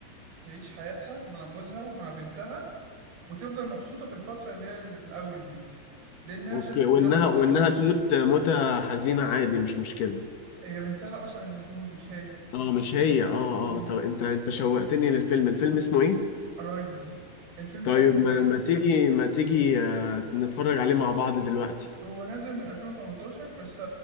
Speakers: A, on the right; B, on the left.
A: تعيش حياتها مع جوزها ومع بنتها وتفضل مبسوطة في الفترة اللي هي اللي في الأول دي لأنها
B: اوكي
A: شافت
B: وانها
A: إنها ما تتعوضش
B: وانها تموت موتة حزينة عادي مش مشكلة
A: هي بنتها أصلا اللي هتموت مش هي
B: اه مش هي اه
A: مم.
B: اه طب انت انت شوقتني للفيلم الفيلم اسمه ايه
A: Arrival الفيلم
B: طيب
A: تحفة
B: ما,
A: بجد
B: ما تيجي ما تيجي آه، نتفرج عليه مع بعض دلوقتي
A: هو نازل من 2018 بس